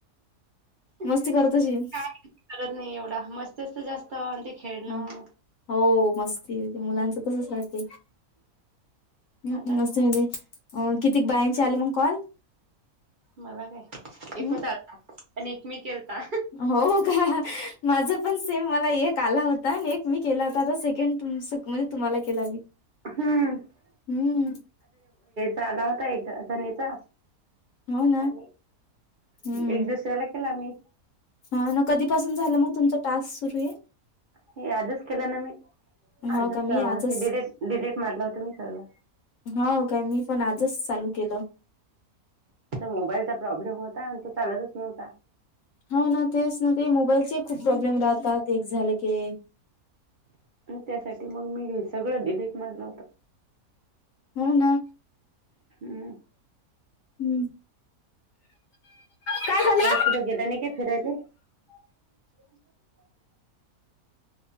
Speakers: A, on the right (about 50°); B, on the left (about 65°).
A: काय
B: मस्ती करत अशील
A: करत नाही एवढा मस्त अस जास्त आणि ते खेळणं.
B: ह हो मस्ती मुलांच तसच राहत हम्म
A: आता नाही
B: मस्त म्ह अ किती बायांचे आले मग कॉल?
A: मला काय एकच
B: हम्म
A: आला पण एक मी केलता.
B: हो का माझ पण सेम मला एक आला होता एक मी केला होता आता सेकंड तुमच. म्हणजे तुम्हाला केला
A: हम्म
B: हम्म.
A: चाला होता एक सनीचा
B: हो ना
A: <unintelligible> अ
B: हम्म
A: एक दुसऱ्याला केला मी?
B: हा न कधीपासून झालं मग तुमचा टास्क सुरू आहे.
A: हे आजच केलं ना मी आजच
B: हो का मी आजच
A: हे डिलीट डिलेट मारलं होत मी सगळं.
B: हो काय मी पण आजच चालू केलं.
A: मोबाईलचा प्रॉब्लेम होता आणि तो चालतच नव्हता.
B: हो ना तेच ना ते मोबाईल खूप प्रॉब्लेम राहत राहते एक झालं की.
A: त्यासाठी मग मी सगळं डिलीट मारलं आता.
B: हो ना.
A: हम्
B: हम् काय झालं.
A: कुठं गेल्या नाही काय फिरायले? <unintelligible>